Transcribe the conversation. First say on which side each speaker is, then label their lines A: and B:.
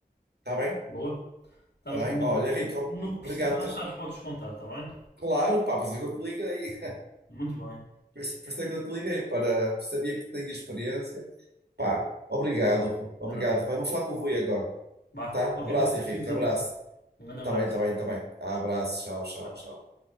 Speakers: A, on the right; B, on the left.
A: Está bem?
B: Boa. Estamos
A: Está bem?
B: combinados.
A: Olha, Rico,
B: No que
A: obrigado
B: precisares,
A: por ter...
B: sabes, podes contar, está bem?
A: Claro, pá, pensei que eu te liguei.
B: Muito bem.
A: Por isso por isso é que eu te liguei, para sabia que tinha experiência. Pá, obrigado, obrigado.
B: Nada.
A: Vai, vou falar com o Rui agora,
B: Vá,
A: tá?
B: qualquer
A: Abraço,
B: coisa que
A: Henrique,
B: precises avisar.
A: abraço.
B: Um grande abraço.
A: Tá bem, tá bem, tá bem. Abraço, tchau, tchau,
B: Tchau.
A: tchau.